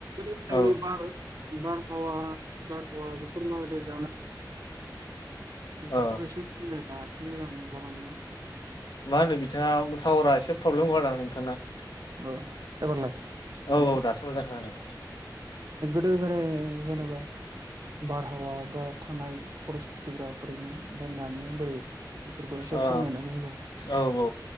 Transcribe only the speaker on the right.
गो
बार <unintelligible> बार हावा बार हावा बेफोरखौ माबायदि जानानै बेफोरखौ
एसे फोरमाय बा एसे मोजां जागौमोन ना?
औ एबारलाय
हेल'
गोगो जेनबा बारहावा बा थांनाय परिस्थितफोरा बोरैमोन ओमफ्राय दानिया बोरै बेफोरखौ एसे
फोरमायनानै होबा